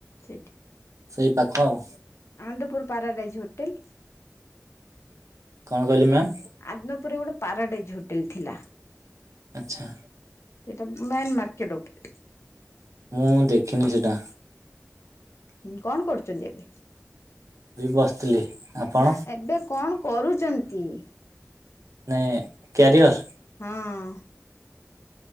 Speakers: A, on the left; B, on the right.
A: ସେଠି।
B: ସେଇ ପାଖ ଆଉ।
A: Anandapur paradise hotel.
B: କଣ କହିଲେ
A: ଗୋଟେ
B: ମ୍ୟାମ୍
A: ଆଦନପୁରରେ ଗୋଟେ ପାରାଡାଇଜ୍ ହୋଟେଲ୍ ଥିଲା।
B: ଆଚ୍ଛା,
A: ସେଇଟା ମେନ୍ ମାର୍କେଟ ଉପରେ।
B: ମୁଁ ଦେଖିନି ସେଇଟା।
A: ହୁଁ କଣ କରୁଛନ୍ତି ଏବେ?
B: ବି ବସିଥିଲି। ଆପଣ
A: ନାଁ ଏବେ କଣ କରୁଚନ୍ତି?
B: ନାଇଁ କ୍ୟାରିୟର?
A: ହଁ